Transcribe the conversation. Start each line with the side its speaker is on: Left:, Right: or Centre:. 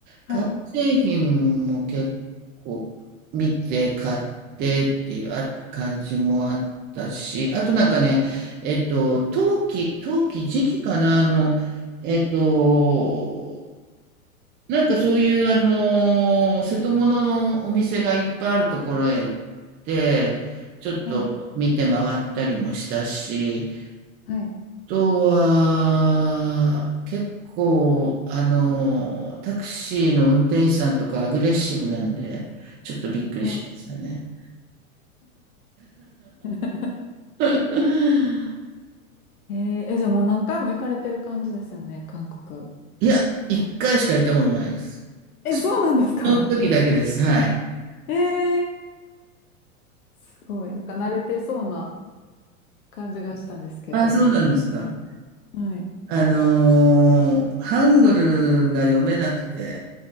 Right: 革製品も結構見て買ってっていうあ感じもあったし、
Left: はい、
Right: あとなんかね、えっと、陶器、陶器時期かな、あの、えっと、なんかそういうあのー瀬戸物のお店がいっぱいあるところへ行って、ちょっと見て回ったりもしたし、
Left: はい、はい、
Right: とは、結構、あの、タクシーの運転手さんとかアグレッシブなんで、ちょっとびっくりしましたね。
Left: はい。<laughs>
Right: <laughs>
Left: えー、え、じゃあもう何回も行かれてる感じですよね、韓国。
Right: いや、一回しか行ったことないです。
Left: え、
Right: そ
Left: そうなんですか
Right: その時だけです。はい。
Left: <laughs> えー、すごい。なんか慣れてそうな感じがしたんですけど。
Right: あ、そうなんですか。
Left: はい。
Right: あのーハングルが読めなくて、